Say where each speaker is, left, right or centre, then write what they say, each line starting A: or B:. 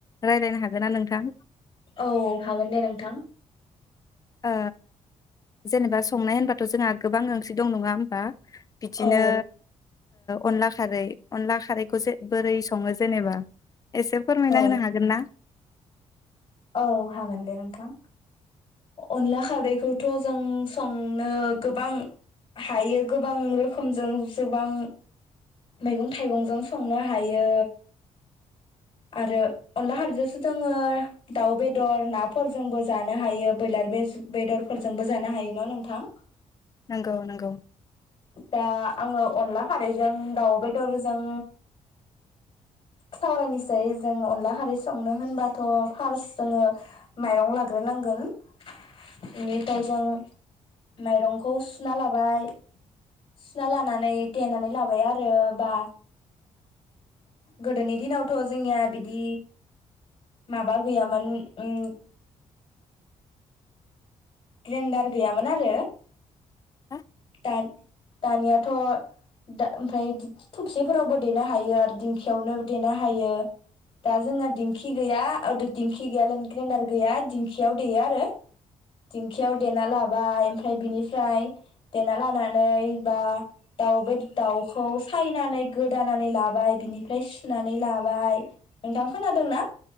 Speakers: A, on the left; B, on the left.
A: रायज्लायनो हागोन ना नोंथां?
B: औ हागोन दे नोंथां।
A: ओ जेनेबा संनाय होनबाथ जोंहा गोबां ओंख्रि दं नङा होमबा? बिदिनो
B: औ
A: अनला खारै अनला खारैखौसो बोरै सङो जेनेबा एसे फोरमायना
B: औ
A: होनो हागोन ना?
B: औ हागोन दे नोंथां अनला खारैखौथ जों संनो गोबां हायो गोबां रोखोमजों जोबां मैगं थाइगंजों संनो हायो आरो अनला खारैजोंसो जों जोङो दाउ बेदर नाफोरजोंबो जानो हायो ब्रयलार बेदरफोरजोंबो जानो हायो न नोंथां?
A: नंगौ नंगौ।
B: दा आङो अनला खारैजों दाउ बेदरजों सावरायनोसै जों अनला खारै संनो होनबा थ। फार्स जोङो माइरं- लाग्रो नांगोन बिनिफ्राय जो माइरंखौ सुना लाबाय सुना लानानै देनानै लाबाय आरो बा गोदोनि दिनावथ जोंनिया बिदि माबा गैयामोन ओम ग्रेनडार गैयामोन आरो।
A: हा
B: दानि दानिया थ दा ओमफ्राय दि-दि थबसेफोरावबो देनो हायो आरो दिंखियावनो देनो हायो दा जोंहा दिंखि गैया दिंखि गैया लायनो ग्रेडार गैया दिंखियाव देयो आरो दिंखियाव देना लाबाय ओमफ्राय बिनिफ्राय देना लानानै बा दाउ बे दाउखौ सायनानै गोदानानै लाबाय बिनिफ्राय सुनानै लाबाय नोंथां खोनादोंना?